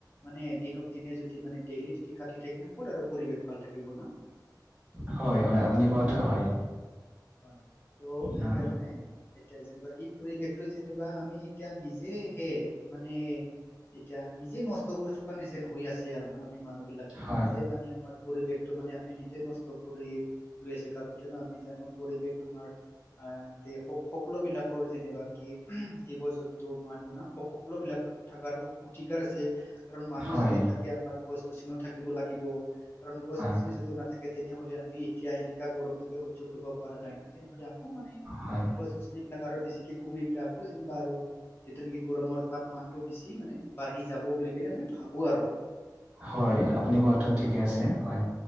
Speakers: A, on the left (about 30°); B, on the right (about 15°).
A: মানে দিনক দিনে যদি মানে ডেইলি যদি কাটি থাকিলে ক'ত আৰু পৰিৱেশ ভাল থাকিব ন?
B: হয়, হয়, আপুনি কোৱাটো হয়।
A: হয় ত সেইকাৰণে
B: অ,
A: এতিয়া যেনিবা, ই পৰিৱেশটো যেনিবা আমি এতিয়া নিজেই সে, মানে এতিয়া, নিজে নষ্ট কৰি থকা নিচিন হৈ আছে আৰু না আমি মানুহ বিলাক
B: হয়
A: নিজে মানে, আমাৰ পৰিৱেশটো মানে আমি, নিজে নষ্ট কৰি লৈ আছে, কাৰণ জনে আমি জানো পৰিৱেশ আমাৰ আই, তি সক সকলো বিলাকৰ যেনেবা কি, জীৱ-জন্তু মানুহ ন সক সকলো বিলাকক থাকাৰো অধিকাৰ আছে, কাৰণ মানুহ
B: হয়
A: যদি থাকে, আমাৰ গছ-গছনিও থাকিব লাগিব। কাৰণ গছ-গছনি
B: হয়
A: যদিও নাথাকে, তেনেহ'লে আমি এতিয়া, এনেকা গৰমটোকে সহ্য কৰিব পাৰা নাই না। তেনেহ'লে আকৌ মানে,
B: হয়
A: গছ-গছনি বিলাক আৰু বেছিকে কমি গ'লে, আকৌ যেনিবা আৰু যিটো নিকি গৰমৰ তাপমানটো, বেছি মানে বাঢ়ি যাব বুলি কেনে মই ভাবোঁ আৰু
B: হয়
A: ত'
B: আপুনি কোৱাটো ঠিকে আছে, হয়।